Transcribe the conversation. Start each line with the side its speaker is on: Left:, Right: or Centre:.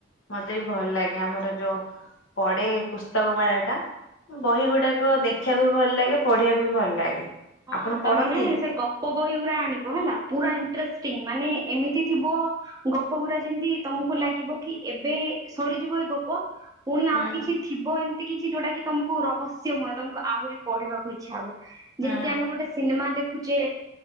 Left: ମତେ ବି ଭଲ ଲାଗେ ଆମର ଯୋଉ ପଡେ ପୁସ୍ତକ ମେଳା ଟା। ବହି ଗୁଡାକ
Right: ହୁଁ।
Left: ଦେଖିବାକୁ ବି ଭଲ ଲାଗେ, ପଢିବାକୁ ବି ଭଲ ଲାଗେ।
Right: ହଁ
Left: ଆପଣ
Right: ତମେ
Left: ପଢନ୍ତି?
Right: ନା ସେ ଗପ ବହି ଗୁରା ଆଣିବ ହେଲା ପୁରା ଇନଟ୍ରେଷ୍ଟିଙ୍ଗ ମାନେ ଏମିତି ଥିବ ଗପ ଗୁଡା ଯେମିତି ତମକୁ ଲାଗିବ କି ଏବେ ସରିଯିବ ଏ ଗପ। ପୁଣି
Left: ହୁଁ
Right: ଆଉ କିଛି ଥିବ ଏମିତି କିଛି ଯୋଉଟା କି ତମକୁ ରହସ୍ୟମୟ ତମକୁ ଆହୁରି ପଢିବାକୁ ଇଚ୍ଛା ହବ।
Left: ହୁଁ
Right: ଯେମିତି ଆମେ ଗୋଟେ ସିନେମା ଦେଖୁ ଖୁଚେ